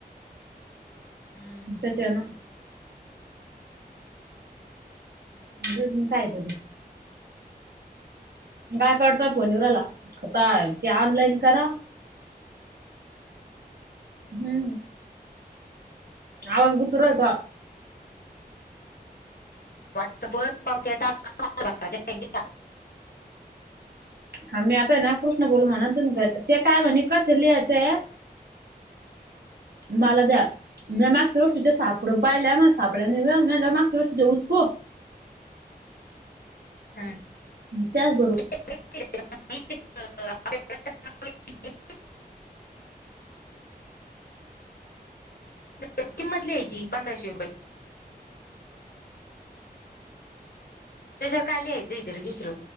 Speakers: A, on the left; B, on the right.
A: हम्म
B: त्याचान. अ घीवून मी काय करू? गायकवाड चां फोन ईवू रायला, आता ते ऑनलाईन करा. हम्म, आवाज गुत रहाता.
A: वॉट्सअप वर पावत्या टाकाय येत्या टाकऽ
B: हा, मी आताय ना कृष्ण बोलू म्हणा, तुम्ही घरी ते काय म्हणे कसे लिहायचंय. मला द्या. म्या मागच्या वरशीच्या सापडून पाहिल्या, मग सापड्या निघ, म मागच्या वरशीच्या उचकु
A: हा.
B: त्याचबरोबर.
A: <unintelligible> किंमत लिहायची पंधराशे रुपये. तेजावर काय लिहायचं इतरी दुसरं?